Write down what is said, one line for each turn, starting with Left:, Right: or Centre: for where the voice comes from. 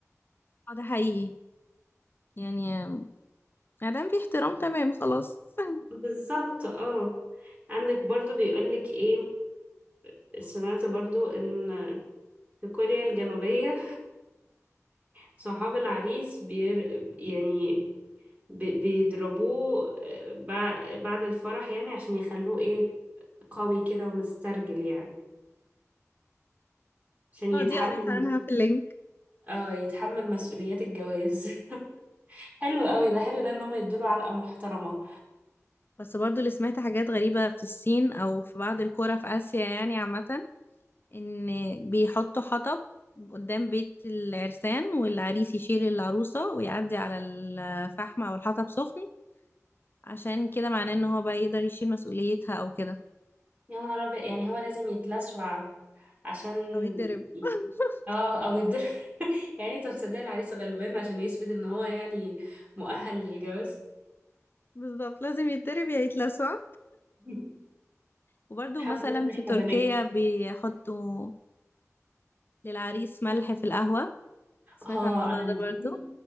Left: اه ده حقيقي يعني ما دام في احترام تمام خلاص <laughs>
Right: بالظبط اه عندك برضو بيقولك ايه سمعت برضو ان في كوريا الجنوبية صحاب العريس بير يعني بي- بيضربوه آه، بع- بعد الفرح يعني عشان يخلوه ايه قوي كده ومسترجل يعني عشان يتحمل
Left: اه دي قريت عنها في اللينك
Right: اه يتحمل مسؤوليات الجواز <laughs> حلو قوي ده حلو ده ان هم يدوله علقة محترمة
Left: بس برضو اللي سمعت حاجات غريبة في الصين او في بعض القرى في اسيا يعني عامة ان بيحطوا حطب قدام بيت العرسان والعريس يشيل العروسة ويعدي على الفحم او الحطب سخن عشان كده معناه ان هو بقى يقدر يشيل مسؤوليتها او كده
Right: يا نهار ابيض يعني هو لازم يتلسوع عشان
Left: او يتضرب
Right: ي-
Left: <laughs>
Right: اه او يتضرب <laughs> يعني انت بتصدق العريس غلبان عشان يثبت ان هو يعني مؤهل للجواز
Left: بالظبط لازم يتضرب يا يتلسع
Right: <laughs>
Left: وبرده
Right: الحمد
Left: مثلا
Right: لله ان احنا
Left: في تركيا
Right: بنات
Left: بيحطوا للعريس ملح في القهوة سمعت
Right: اه
Left: عن الموضوع
Right: انا
Left: ده
Right: دي
Left: برضو